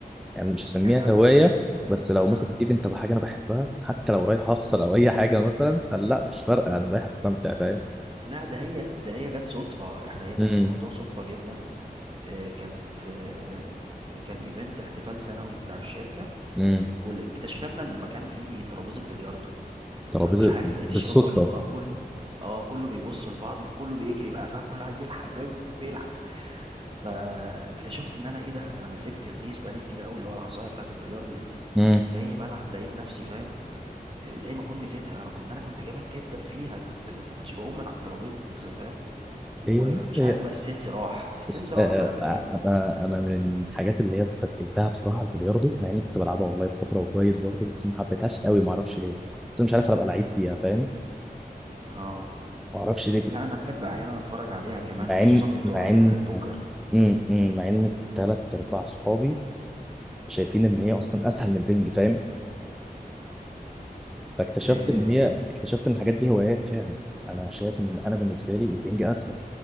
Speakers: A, in the centre; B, on the right.
A: يعني مش هسميها
B: كان
A: هواية
B: أ-
A: بس لو مثلا
B: آه.
A: إيفنت أو حاجة أنا بحبها حتى لو رايح أخسر أو أي حاجة مثلا فلا مش فارقة أنا رايح أستمتع فاهم
B: لا ده هي ده هي جت صدفه احنا هي كان
A: امم
B: الموضوع صدفه جدا آه، كانت آه، كان ايفنت احتفال سنوي بتاع الشركة
A: امم
B: واكتشفنا ان المكان فيه ترابيزة بلياردو
A: ترابيزة
B: فمش عارف
A: بالصدفة
B: لقيت الشباب كله اه كله اه كله بيبص لبعض فكله بيجري بقى فاهم كله عايز يلحق فاهم يلعب فاكتشفت ان انا ايه ده انا سبت الايس بقالي كتير قوي اللي هو العصايه بتاعت البلياردو دي
A: امم
B: جاي بلعب لقيت نفسي فاهم آه، زي ما كنت نسيتها رغم ان انا كنت جامد جدا فيها كنت ب- ما كنتش بقوم من على الترابيزه فاهم ومش
A: هي بص هي
B: عارف بقى السنس راح السنس
A: بس
B: راح
A: آه
B: بقى تقريبا
A: آه، أنا أنا من الحاجات اللي هي استثقلتها بصراحة البلياردو مع إني كنت بلعبها والله فترة وكويس برضه بس ما حبيتهاش قوي ما أعرفش ليه بس أنا مش عارف أبقى لعيب فيها فاهم
B: اه
A: ما أعرفش ليه كنت
B: لا انا بحب احيانا اتفرج عليها كمان
A: مع
B: خصوصا
A: ان
B: بتوع
A: مع
B: ال-
A: ان
B: البوكر
A: مم، مم، مع ان ثلاث ارباع صحابي شايفين ان هي اصلا اسهل من البنج فاهم فاكتشفت
B: إيه،
A: ان هي اكتشفت ان الحاجات دي هوايات فعلا انا شايف ان انا بالنسبه لي البنج اسهل